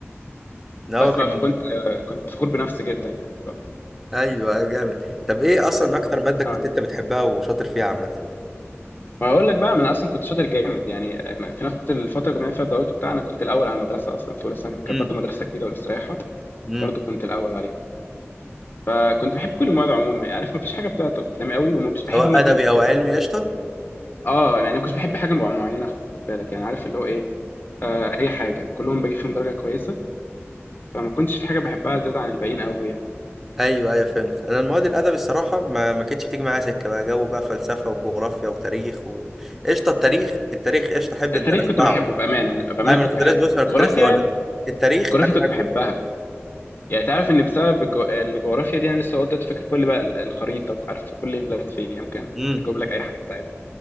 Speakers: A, in the centre; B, on the left (about 50°).
A: إن هو
B: بس
A: كان
B: بقى كنت كنت فخور بنفسي جدا يعني ف...
A: ايوه أيوة، جامد طب ايه اصلا اكتر ماده كنت
B: اه
A: انت بتحبها وشاطر فيها عامه
B: ما هقول لك بقى ما انا اصلا كنت شاطر جامد يعني في نفس الفتره اللي كنا فيها الدورات وبتاع انا كنت الاول على المدرسه اصلا في اولى ثانوي كانت
A: امم
B: برضو مدرسه جديده ولسه رايحه
A: امم
B: برضو كنت الاول عليهم فكنت بحب كل المواد عموما يعني عارف ما فيش حاجه بتعطل قدامي قوي ومش
A: سواء
B: بحب ماده
A: ادبي او علمي قشطه
B: اه يعني ما كنتش بحب حاجه مع- معينه خد بالك يعني عارف اللي هو ايه آه اي حاجه وكلهم بجيب فيهم درجه كويسه فما كنتش في حاجه بحبها زياده عن الباقيين قوي يعني.
A: ايوه ايوه فهمت انا المواد الادبي الصراحه ما ما كانتش بتيجي معايا سكه بقى جو بقى فلسفه وجغرافيا وتاريخ و... قشطه التاريخ التاريخ قشطه احب
B: التاريخ
A: ان انا اسمعه
B: كنت بحبه بامانه أنا بامانه
A: ايوه
B: كنت
A: انا كنت
B: بحبه
A: لسه بص انا كنت
B: الجغرافيا
A: لسه اقول لك التاريخ
B: الجغرافيا
A: انا
B: كنت
A: احبه
B: بحبها يعني تعرف ان بسبب الجو- الجغرافيا دي انا لسه لغايه دلوقتي فاكر كل بقى ال- الخريطه وعارف كل البلاد فين يعني ممكن
A: امم
B: اجيب لك اي حاجه انت عايزها